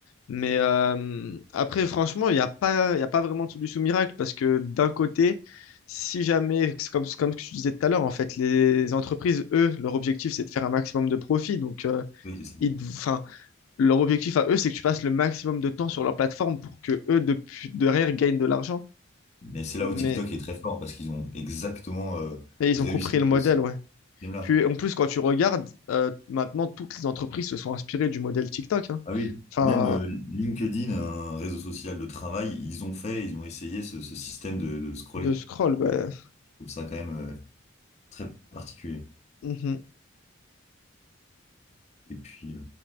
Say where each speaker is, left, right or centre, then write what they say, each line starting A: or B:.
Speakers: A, on the left; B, on the left.
A: Mais euh, après, franchement, il n'y a pas, il y a pas vraiment de solution miracle parce que d'un côté, si jamais, c'est comme, comme ce que tu disais tout à l'heure, en fait, les entreprises, eux, leur objectif, c'est de faire un maximum de profit. Donc, euh,
B: Oui, c'est ça.
A: ils, enfin, leur objectif à eux, c'est que tu passes le maximum de temps sur leur plateforme pour que eux, depuis, derrière, gagnent de l'argent.
B: Mais c'est là
A: Mais,
B: où TikTok est très fort parce qu'ils ont exactement euh,
A: mais ils
B: réussi
A: ont compris le modèle,
B: de ce
A: ouais.
B: système-là.
A: Puis en plus, quand tu regardes, euh, maintenant, toutes les entreprises se sont inspirées du modèle TikTok. hein.
B: Ah oui,
A: Enfin,
B: même euh, LinkedIn, un réseau social de travail, ils ont fait, ils ont essayé ce, ce système de, de scroller.
A: de scroll, bah,
B: Je trouve ça quand même euh, très particulier.
A: mhm.
B: Et puis, euh,